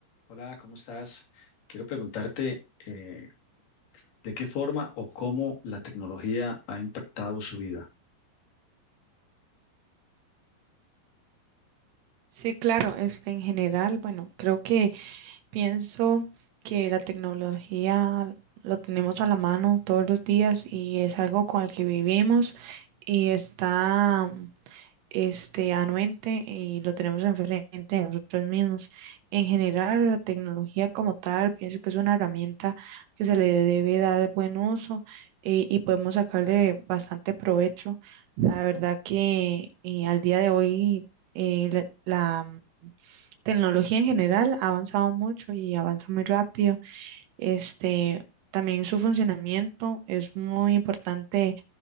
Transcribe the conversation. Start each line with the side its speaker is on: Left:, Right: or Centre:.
Left: Hola, ¿cómo estás? Quiero preguntarte eh, de qué forma o cómo la tecnología ha impactado su vida.
Right: Sí, claro, este, en general, bueno, creo que pienso que la tecnología lo tenemos a la mano todos los días y es algo con el que vivimos y está este, anuente y lo tenemos enfrente de nosotros mismos. En general, la tecnología como tal, pienso que es una herramienta que se le debe dar buen uso eh, y podemos sacarle bastante provecho. La verdad que eh, al día de hoy eh, la, la tecnología en general ha avanzado mucho y avanza muy rápido. Este, también su funcionamiento es muy importante